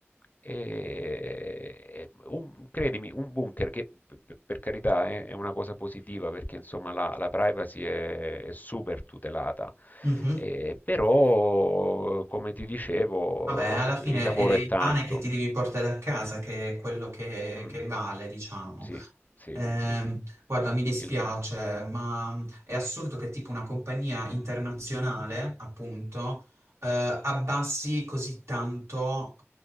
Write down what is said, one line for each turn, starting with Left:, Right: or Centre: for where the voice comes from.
Left: E- un- credimi, un bunker che p- p- per carità è, è una cosa positiva perché insomma la, la privacy è, è super tutelata,
Right: Mhm.
Left: Eh, però come ti dicevo
Right: Vabbè, alla fine
Left: il lavoro
Right: è il
Left: è tanto.
Right: pane che ti devi portare a casa che è quello che,
Left: Mm.
Right: che vale, diciamo.
Left: Sì, sì,
Right: Ehm,
Left: sì.
Right: guarda, mi dispiace,
Left: Il-
Right: ma è assurdo che tipo una compagnia internazionale, appunto, eh, abbassi così tanto,